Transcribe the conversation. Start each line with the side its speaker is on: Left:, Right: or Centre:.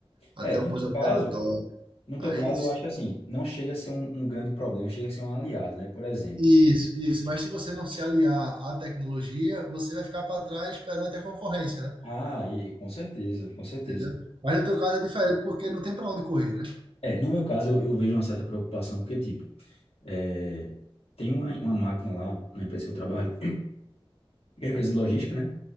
Right: até
Left: É, no
Right: o pós-operatório.
Left: teu caso, no
Right: Aí,
Left: teu caso,
Right: se-
Left: eu acho que assim, não chega a ser um, um grande problema, chega a ser um aliado, né? Por exemplo,
Right: isso, isso. Mas se você não se aliar à tecnologia, você vai ficar para trás perante a concorrência, né?
Left: Ah, e com certeza, com certeza.
Right: Entendeu? Mas no teu caso é diferente, porque não tem para onde correr, né?
Left: É, no meu caso, eu, eu vejo uma certa preocupação, porque, tipo, é, tem uma, uma máquina lá na empresa que eu trabalho, que é uma empresa de logística, né?